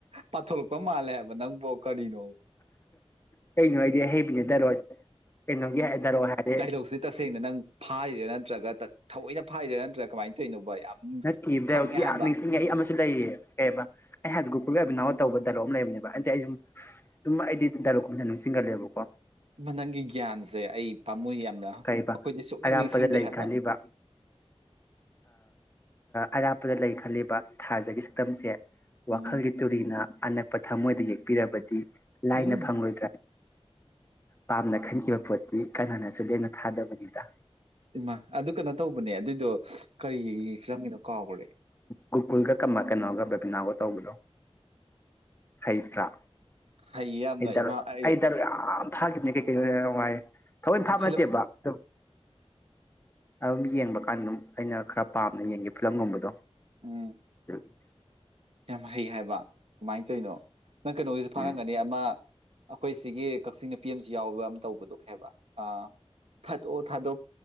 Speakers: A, on the right; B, on the left.
A: ꯄꯥꯊꯣꯛꯂꯛꯄ ꯃꯥꯜꯂꯦ ꯍꯥꯏꯕ ꯅꯪꯕꯨꯣ ꯀꯔꯤꯅꯣ
B: ꯀꯩꯅꯣ ꯍꯥꯏꯗꯤ ꯍꯩꯕꯅꯦ ꯔꯣ ꯀꯩꯅꯣꯒꯤ ꯗꯔꯣ ꯍꯥꯏꯔꯗꯤ
A: ꯍꯧꯁꯦ ꯇꯁꯦꯡꯅ ꯅꯪ ꯐꯥꯔꯤꯔꯥ ꯅꯠꯇ꯭ꯔꯒ ꯊꯑꯣꯏꯅ ꯐꯥꯏꯔꯤꯔꯥ ꯅꯠꯇ꯭ꯔꯒ ꯀꯃꯥꯏꯅ ꯇꯧꯔꯤꯅꯣꯕ ꯌꯥꯝ
B: ꯅꯠꯇꯦ
A: ꯈꯪꯉꯦ
B: ꯗꯥ
A: ꯍꯥꯏꯕ
B: ꯅꯤꯡꯁꯤꯡꯉꯏ ꯁꯤ ꯂꯩꯌꯦ ꯀꯩ ꯍꯥꯏꯕ ꯑꯩ ꯍꯥꯏꯗꯤ ꯒꯨꯀꯨꯜꯒꯤ ꯑꯕꯤꯅꯥꯎ ꯇꯧꯕ ꯗꯂꯣ ꯑꯃ ꯂꯩꯕꯅꯦꯕ ꯑꯗꯤ ꯑꯩ ꯁꯨꯝ ꯑꯗꯨꯨꯝ ꯑꯩꯗꯤ ꯥꯂꯣꯛ ꯀ ꯅꯤꯡꯁꯤꯡꯒꯂꯦꯕꯀꯣ
A: ꯃ ꯅꯪꯒꯤ ꯒ꯭ꯌꯥꯟꯁꯦ ꯑꯩ ꯄꯥꯝꯃꯣꯏ ꯌꯥꯝꯅ
B: ꯀꯔꯤꯕ
A: ꯑꯩꯈꯣꯏꯗꯤ ꯁꯨꯛꯅꯤꯡ
B: ꯑꯔꯥꯞꯄꯗ
A: ꯅꯤꯡꯁꯤꯡꯗꯦ
B: ꯂꯩ
A: ꯍꯥꯏꯕ
B: ꯈꯜꯂꯤꯕ ꯑꯔꯥꯞꯄꯗ ꯂꯩ ꯈꯜꯂꯤꯕ ꯊꯥꯖꯒꯤ ꯁꯛꯇꯝꯁꯦ
A: ꯎꯝ
B: ꯋꯥꯈꯜꯒꯤ ꯇꯨꯔꯤꯅ ꯑꯅꯛꯄ ꯊꯃꯣꯏꯗ ꯌꯦꯛꯄꯤꯔꯕꯗꯤ ꯂꯥꯏꯅ
A: ꯎꯝ
B: ꯐꯪꯂꯣꯏꯗ꯭ꯔꯥ ꯄꯥꯝꯅ ꯈꯟꯈꯤꯕ ꯄꯣꯠꯇꯤ ꯀꯅꯥ ꯍꯅꯁꯨ ꯂꯦꯝꯅ ꯊꯥꯗꯕꯅꯤꯗ
A: ꯏꯃꯥ ꯑꯗꯨ ꯀꯩꯅꯣ ꯇꯧꯕꯅꯦ ꯑꯗꯨꯏꯗꯣ ꯀꯔꯤ ꯐꯤꯂꯝꯒꯤꯅꯣ ꯀꯥꯎꯈ꯭ꯔꯦ
B: ꯒꯨꯀꯨꯜꯒ ꯀ ꯀꯩꯅꯣꯒ ꯕꯦꯕꯤꯅꯥꯒ ꯇꯧꯕꯗꯣ ꯍꯩꯇ꯭ꯔꯥ
A: ꯍꯩꯌꯦ ꯌꯥꯝꯅ
B: ꯏꯗꯔ
A: ꯏꯃꯥ ꯑꯩ
B: ꯑꯩꯗꯔ ꯐꯥꯈꯤꯕꯅꯦ ꯀꯩ ꯀꯩꯅꯅꯣ ꯅꯨꯡꯉꯥꯏ ꯊꯑꯣꯏꯅ ꯐꯥꯕ
A: ꯐꯤꯂꯝ
B: ꯅꯠꯇꯦꯕ ꯑꯗꯨ ꯑꯗꯨꯝ ꯌꯦꯡꯕ ꯀꯥꯟꯗ ꯑꯗꯨꯝ ꯑꯩꯅ ꯈꯔ ꯄꯥꯝꯅ ꯌꯦꯡꯒꯦ ꯐꯤꯂꯝꯒꯨꯝꯕꯗꯣ
A: ꯎꯝ
B: <unintelligible>
A: ꯌꯥꯝ ꯍꯩ ꯍꯥꯏꯕ ꯀꯃꯥꯏꯅ ꯇꯧꯔꯤꯅꯣ ꯅꯪ ꯀꯩꯅꯣꯒꯤꯁꯨ ꯐꯥꯔꯝꯒꯅꯤ
B: ꯎꯝ
A: ꯑꯃ ꯑꯩꯈꯣꯏ ꯁꯤꯒꯤ ꯀꯛꯆꯤꯡ ꯅꯨꯄꯤ ꯑꯃꯁꯁꯨ ꯌꯥꯎꯕ ꯑꯃ ꯇꯧꯕꯗꯨꯣ ꯍꯥꯏꯕ ꯑ ꯊꯥꯗꯣꯛꯑꯣ ꯊꯥꯗꯣꯛ